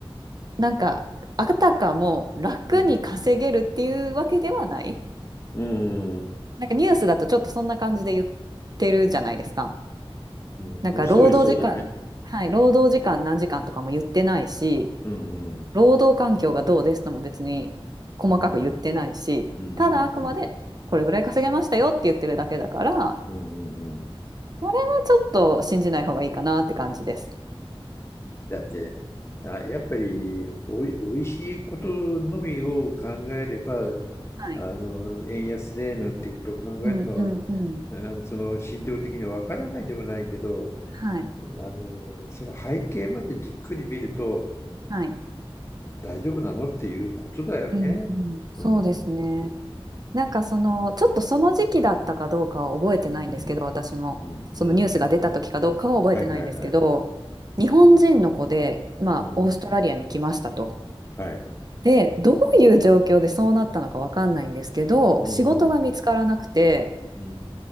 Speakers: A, on the right (about 45°); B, on the left (about 25°).
A: なんかあたかも楽に稼げるっていうわけではない
B: うん。うん。うん。
A: なんかニュースだとちょっとそんな感じで言ってるじゃないですか。
B: うん、
A: なんか労働時間、
B: 文字通りそうだね。
A: はい、労働時間何時間とかも言ってないし、
B: うん、うん、
A: 労働環境がどうですとも別に細かく言ってないし、
B: うん、うん、
A: ただあくまでこれぐらい稼げましたよって言ってるだけだから、
B: うん、うん、うん、うん、うん。
A: それはちょっと信じない方がいいかなって感じです。
B: だって、あ、やっぱりおい、おいしいことのみを考えれば、
A: はい。
B: あの、円安でなんていうことを考えるのは、
A: うんうんうん。
B: あのその心情的にわからないでもないけど、
A: はい。
B: あの、その背景までじっくり見ると、
A: はい。
B: 大丈夫なのっていうことだよね。
A: うんうん。そうですね。
B: うん、うん、
A: なんかその、ちょっとその時期だったかどうかは覚えてないんですけど、
B: うん、
A: 私も。
B: うん。
A: そのニュースが出た時かどうかは覚えてないんですけど、
B: はいはいはい。
A: 日本人の子で、まあ、
B: うん、
A: オーストラリアに来ましたと。
B: はい。
A: で、どういう状況でそうなったのかわかんないんですけど、
B: うん、
A: 仕事が見つからなくて、
B: うん、うん。